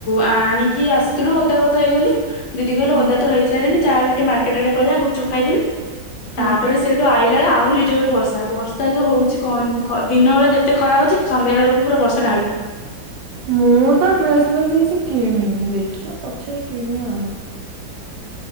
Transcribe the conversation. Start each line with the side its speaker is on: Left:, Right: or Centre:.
Left: ଆଣିକି ଆସିଥିଲୁ ଅଧା ଓଦା ହେଇଗଲୁ। ଦିଦି କହିଲା
Right: ହଁ
Left: ଓଦା ତ ହେଇସାରିଲେଣି ଚାଲେ ଟିକେ ମାର୍କେଟ ଆଡେ ପଳେଇବା ଗୁପଚୁପ ଖାଇଦେଲୁ।
Right: ହଁ।
Left: ତାପରେ ସେ ସେଠୁ ଆଇଲାବେଳେ ଆହୁରି ଜୋରରେ ବର୍ଷା। ବର୍ଷା ଯୋଉ ହଉଛି କହନି, ଦିନ ବେଳେ ଯେତେ ଖରା ହଉଛି ସନ୍ଧ୍ୟାବେଳକୁ ପୁରା ବର୍ଷା ଢାଳୁଛି।
Right: ମୁଁ ତ ଡ୍ରେସ ଫ୍ରେସ୍ କିଛି କିଣିନି, ଦେଖିବା ପଛରେ କିଣିବା ଆଉ।